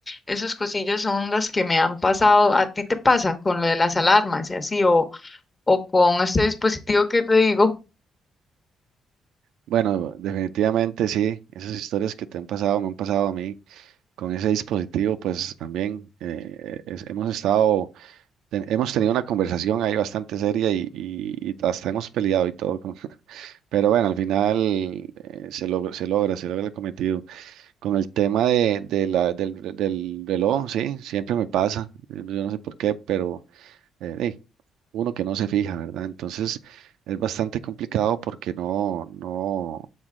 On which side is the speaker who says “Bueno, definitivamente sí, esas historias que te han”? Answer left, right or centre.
Right